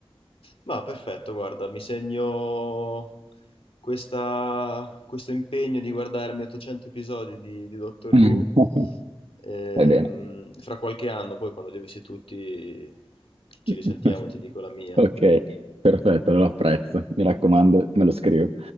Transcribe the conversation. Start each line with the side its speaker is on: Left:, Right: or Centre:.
Left: Ma perfetto, guarda, mi segno questa- questo impegno di guardarmi 800 episodi di, di Doctor
Right: <laughs>
Left: Who. Ehm,
Right: Vai bene.
Left: fra qualche anno, poi quando li avessi tutti, ci
Right: <laughs>
Left: risentiamo, ti dico la mia.
Right: Ok, perfetto, lo apprezzo. Mi raccomando, me lo scrivo.